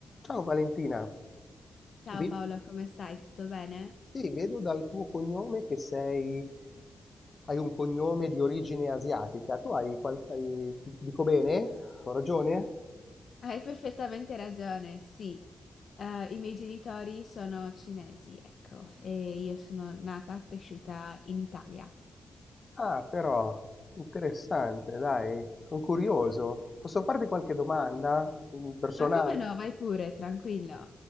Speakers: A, on the left; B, on the left.
A: Ciao Valentina,
B: Ciao
A: Ved-
B: Paolo, come stai? Tutto bene?
A: sì, vedo dal tuo cognome che sei, hai un cognome di origine asiatica. Tu hai, qual- hai- dico bene? Ho ragione?
B: Hai perfettamente ragione, sì. Eh, i miei genitori sono cinesi, ecco, e io sono nata, cresciuta in Italia.
A: Ah, però, interessante, dai, sono curioso. Posso farti qualche domanda mm, personale?
B: Ma come no? Vai pure, tranquillo.